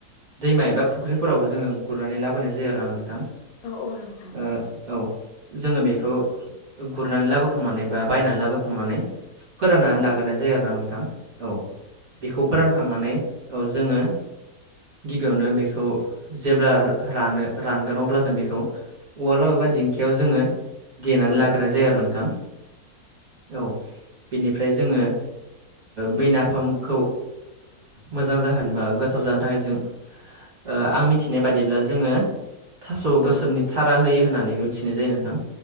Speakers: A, on the right; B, on the left.
A: दैमा एबा फुख्रिफोरावबो जोङो गुरनानै लाबोनाय जायो आरो ना नोंथां।
B: औ औ नोंथां
A: ओ औ। जोङो बेखौ गुरनानै लाबोखांनानै बा बायनानै लाबोखांनानै फोराननानै
B: औ
A: लाग्रोनाय जायो आरोना नोंथां औ बेखौ फोरानखांनानै औ जोङो गिबियावनो बेखौ जेब्ला रानो रानगोन अब्ला जों बेखौ उवालाव बा दिंखियाव जोङो देनानै
B: औ
A: लाग्राय जायो आरो नोंथां औ। बिनिफ्राय जोङो बै नाफामखौ मोजां जाहोनो बा गोथाव जानो थाखाय जों ओ आं मिथिनाय बादिब्ला जोङो थास'
B: औ
A: गोसोमनि थारा होयो होननानै मिथिनाय जायो नोंथां।